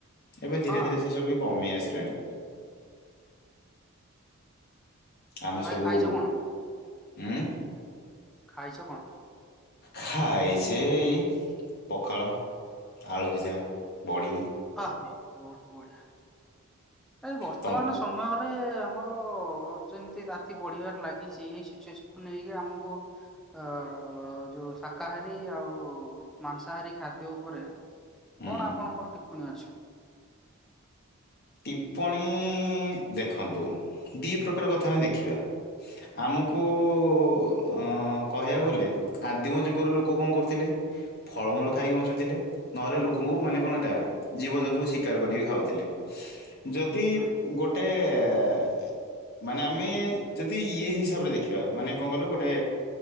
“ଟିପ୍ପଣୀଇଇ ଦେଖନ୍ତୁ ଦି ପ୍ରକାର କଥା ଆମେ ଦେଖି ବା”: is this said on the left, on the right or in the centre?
Left